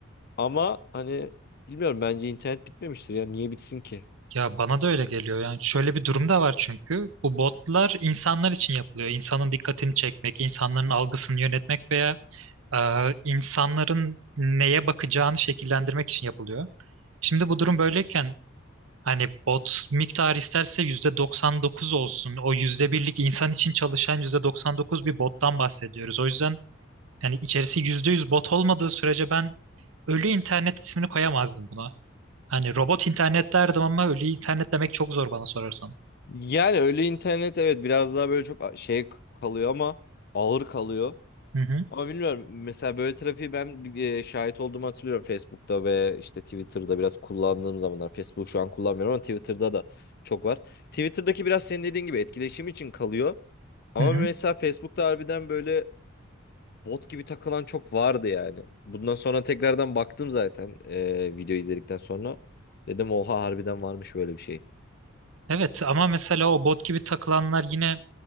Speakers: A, on the left; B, on the right.
A: ama hani bilmiyorum bence internet bitmemiştir ya. Niye bitsin ki?
B: Ya bana da öyle geliyor. Yani şöyle bir durum da var çünkü bu botlar insanlar için yapılıyor. İnsanın dikkatini çekmek, insanların algısını yönetmek veya e, insanların neye bakacağını şekillendirmek için yapılıyor. Şimdi bu durum böyleyken hani bot miktarı isterse %99 olsun. O yüzde birlik insan için çalışan %99 bir bottan bahsediyoruz. O yüzden yani içerisi %100 bot olmadığı sürece ben ölü internet ismini koyamazdım buna. Hani robot internet derdim ama ölü internet demek çok zor bana sorarsan.
A: Yani öyle internet evet biraz daha böyle çok a- şey k- kalıyor ama ağır kalıyor.
B: Hı hı,
A: Ama bilmiyorum mesela böyle trafiği ben e, şahit olduğumu hatırlıyorum Facebook'ta ve işte Twitter'da biraz kullandığım zamanlar. Facebook şu an kullanmıyorum ama Twitter'da da çok var. Twitter'daki biraz senin dediğin gibi etkileşim için kalıyor. Ama
B: hı hı.
A: mesela Facebook'ta harbiden böyle Bot gibi takılan çok vardı yani. Bundan sonra tekrardan baktım zaten e, video izledikten sonra. Dedim oha harbiden varmış böyle bir şey.
B: Evet ama mesela o bot gibi takılanlar yine